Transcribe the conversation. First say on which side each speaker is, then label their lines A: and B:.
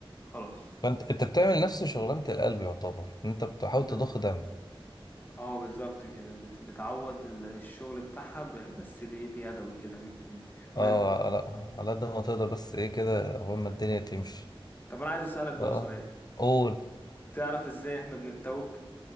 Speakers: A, on the left; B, on the left.
A: خلاص
B: فانت انت بتعمل نفس شغلانة القلب يعتبر إن انت بتحاول تضخ
A: بس...
B: دم
A: اه بالظبط كده بت... بتعوض ال- الشغل بتاعها ب... بس بإيه؟ بيدوي كده م- م- مانوال
B: اه على على قد ما تقدر بس ايه كده قبل ما الدنيا تمشي
A: طب انا عايز اسالك بقى
B: اه
A: سؤال
B: قول
A: تعرف ازاي احنا بنتوب